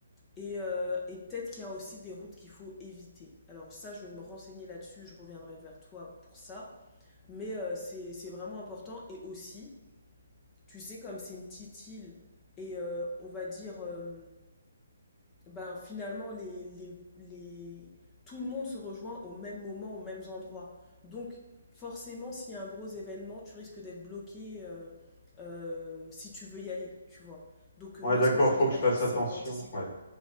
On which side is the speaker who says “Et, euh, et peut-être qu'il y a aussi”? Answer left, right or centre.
Left